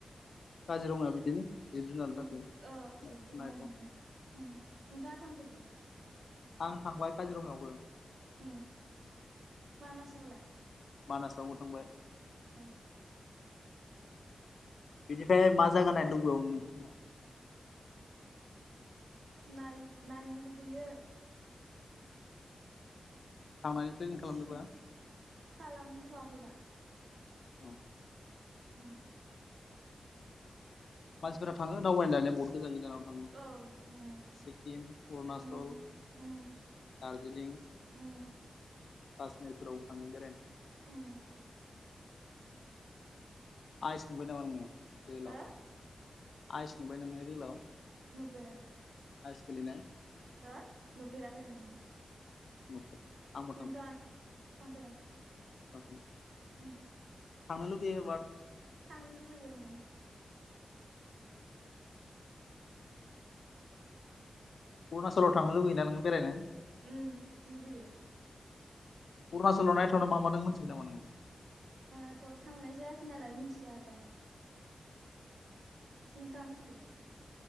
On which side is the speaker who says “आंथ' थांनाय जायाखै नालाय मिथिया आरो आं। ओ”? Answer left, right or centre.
Right